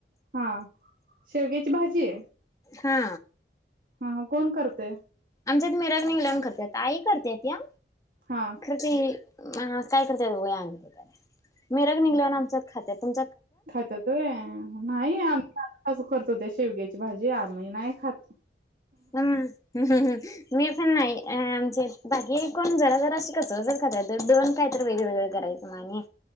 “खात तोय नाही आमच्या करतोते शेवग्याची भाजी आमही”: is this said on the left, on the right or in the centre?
Right